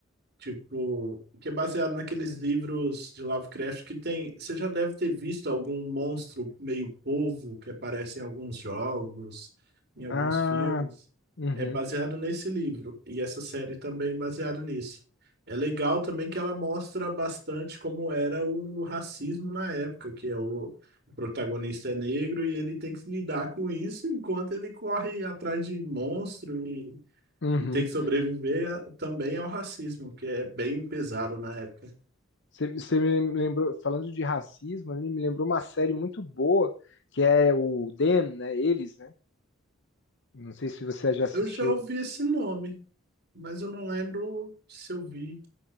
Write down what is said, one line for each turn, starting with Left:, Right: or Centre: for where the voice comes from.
Right: Tipo, que é baseado naqueles livros de Lovecraft que tem. Você já deve ter visto algum monstro meio polvo que aparece em alguns jogos, em alguns
Left: Ah,
Right: filmes.
Left: Uhum,
Right: É baseado nesse livro. E essa série também é baseada nisso. É legal também que ela mostra bastante como era o racismo na época, que é o, o protagonista é negro e ele tem que se lidar com isso enquanto ele corre atrás de monstro e
Left: uhum.
Right: e tem que sobreviver a- também ao racismo, que é bem pesado na época.
Left: Você você me lembrou, falando de racismo, ele me lembrou uma série muito boa, que é o Them, né? Eles, né? Não sei se você já assistiu.
Right: Eu já ouvi esse nome, mas eu não lembro se eu vi